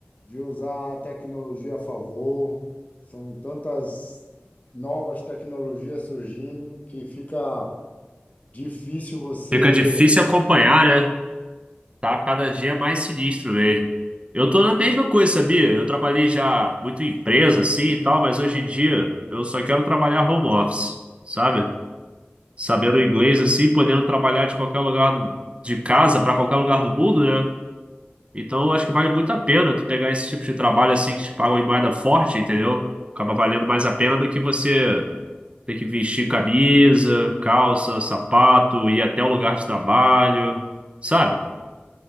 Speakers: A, on the left (about 40°); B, on the right (about 30°).
A: de usar a tecnologia a favor, são tantas novas tecnologias surgindo que fica Difícil você.
B: Fica difícil acompanhar, né? Tá cada dia mais sinistro mesmo. Eu tô na mesma coisa, sabia? Eu trabalhei já muito em empresa, assim e tal, mas hoje em dia eu só quero trabalhar home office, sabe? Sabendo inglês, assim, podendo trabalhar de qualquer lugar do- de casa pra qualquer lugar do mundo, né? Então eu acho que vale muito a pena tu pegar esse tipo de trabalho assim que te pagam em moeda forte, entendeu? Acaba valendo mais a pena do que você. Ter que vestir camisa, calça, sapato, ir até o lugar de trabalho, sabe?